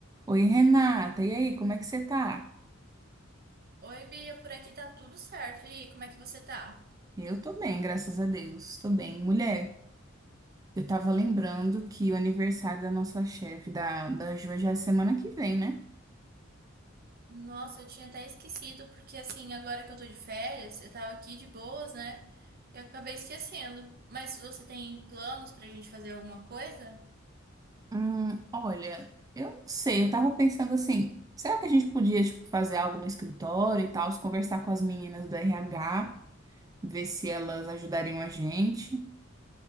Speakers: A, on the right; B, on the right.
A: Oi, Renata, e aí, como é que você tá?
B: Oi, Bia, por aqui tá tudo certo. E aí, como é que você tá?
A: Eu tô bem, graças a Deus, tô bem. Mulher, eu tava lembrando que o aniversário da nossa chefe, da, da Ju, já é semana que vem, né?
B: Nossa, eu tinha até esquecido, porque assim, agora que eu tô de férias, eu tava aqui de boas, né? E eu acabei esquecendo. Mas você tem planos pra gente fazer alguma coisa?
A: Hum, olha, eu não sei, eu tava pensando assim, será que a gente podia, tipo, fazer algo no escritório e tal, conversar com as meninas do RH, ver se elas ajudariam a gente?